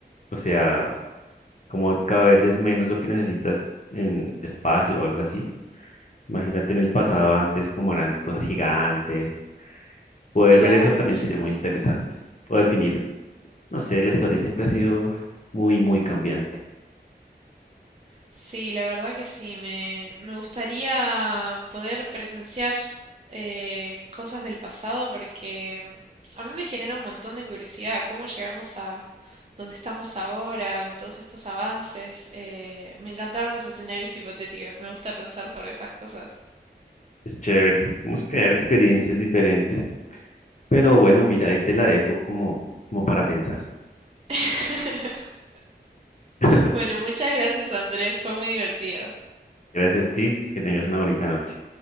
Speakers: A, on the left (about 45°); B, on the right (about 35°).
A: o sea, como cada vez es menos lo que necesitas en espacio o algo así. Imagínate en el pasado antes como eran cosas gigantes. Poder
B: Claro,
A: ver eso también
B: sí.
A: sería muy interesante. O definir, no sé, la historia siempre ha sido muy, muy cambiante.
B: Sí, la verdad que sí, me, me gustaría poder presenciar eh, cosas del pasado porque mm, a mí me genera un montón de curiosidad cómo llegamos a donde estamos ahora con todos estos avances. Eh, me encantaron los escenarios hipotéticos, me gusta pensar sobre esas cosas.
A: Es chévere. Vamos a crear experiencias diferentes. Pero bueno, mira, ahí te la dejo como, como para pensar.
B: <laughs>
A: <laughs>
B: Bueno, muchas gracias Andrés, fue muy divertido.
A: Gracias a ti. Que tengas una bonita noche.